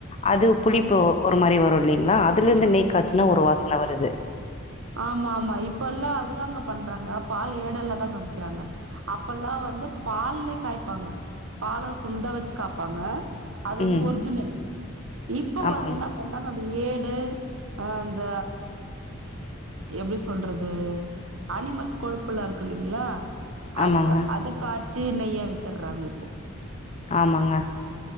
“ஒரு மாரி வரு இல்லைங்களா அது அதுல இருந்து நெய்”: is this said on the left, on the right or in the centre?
Left